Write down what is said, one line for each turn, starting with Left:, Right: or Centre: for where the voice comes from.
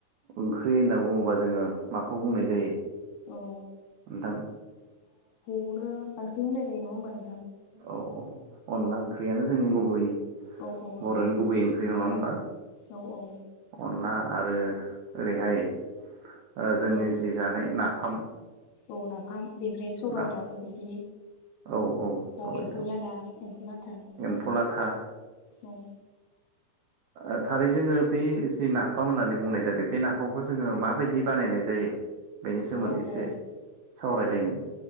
Right: ओंख्रि होनना बुङोबा जोङो माखौ बुंनाय जायो नोंथां
Left: औ नो बांसिन बुंनाय जायो नङा होमबा नों
Right: औ औ अनला ओंख्रियानो जोंनि गुबै
Left: औ औ नंगौ
Right: बर'नि
Left: नोंथां
Right: गुबै ओंख्रि नङा होमबा
Left: औ औ
Right: अनला आरो <inaudible> ओरैहाय ओ जोंनि
Left: औ
Right: जि जानाय नाफाम
Left: औ नाफाम बेनिफ्राय सबायाइ
Right: ना
Left: दाउ बिदि
Right: औ सबाइ
Left: औ एम्फौ
Right: दाउ
Left: लादा एम्फौ लाथा बिदि
Right: एम्फौ लाथा
Left: औ
Right: आ थारै जोङो बे जि नाफाम होननानै बुंनाय बे नाफामखौ जोङो माबायदि बानायनाय जायो बेनि सोमोन्दै
Left: औ
Right: एसे
Left: औ
Right: सावरायलायनि